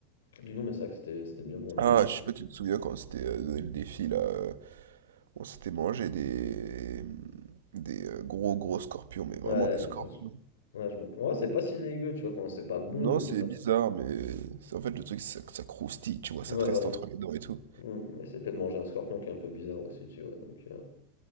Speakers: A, on the left (about 90°); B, on the right (about 80°).
A: du nom, mais c'est vrai que c'était c'était bien bon, on
B: Ah,
A: en mangeait
B: je
A: tout.
B: sais pas, tu te souviens quand c'était euh, donné le défi là. euh, On s'était mangé des, des euh, gros gros scorpions, mais vraiment
A: Ouais,
B: des scorpions.
A: ça, je- ouais, je m'en rappelle. Ouais, c'est pas si dégueu, tu vois. Enfin, c'est pas bon,
B: Non,
A: mais c'est
B: c'est
A: pas.
B: bizarre, mais c'est- en fait le truc c'est que ça croustille, tu vois, ça
A: Ouais,
B: te reste
A: voilà.
B: entre les dents et tout.
A: Hmm. Et c'était de manger un scorpion qui est un peu bizarre aussi, tu vois. Donc, euh,